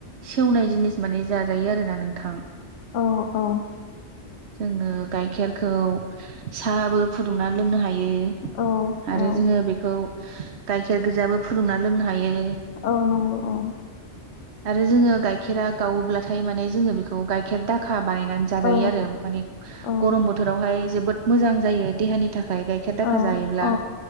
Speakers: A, on the right; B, on the left.
A: सेवनाय जिनिस माने जाजायो आरोना नोंथां।
B: औ औ
A: जोङो गाइखेरखौ साहाबो फु दुंना लोंनो हाय <unintelligible>
B: औ
A: आरो
B: औ
A: जोङो बेखौ गाइखेर गोजाबो फुदुंना लोंनो हायो।
B: औ नंगौ अ।
A: आरो जोङो गाइखेरा गावोब्लाथाय माने जोङो बेखौ गाइखेर दाखा बानायनानै जाजायो
B: औ
A: आरो माने
B: औ
A: गरम बोथोरावहाय जोबोद मोजां जायो देहानि थाखाय गाइखेर दाखा
B: औ
A: जायोब्ला
B: औ